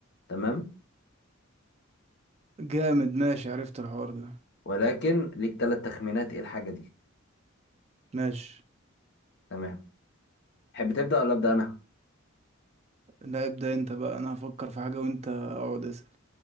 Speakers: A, on the left; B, on the right.
A: تمام
B: جامد ماشي عرفت الحوار ده
A: ولكن ليك ثلاث تخمينات ايه الحاجة دي
B: ماشي
A: تمام تحب تبدأ ولا أبدأ انا
B: لا ابدأ انت بقى انا هفكر في حاجة وانت اقعد اسأل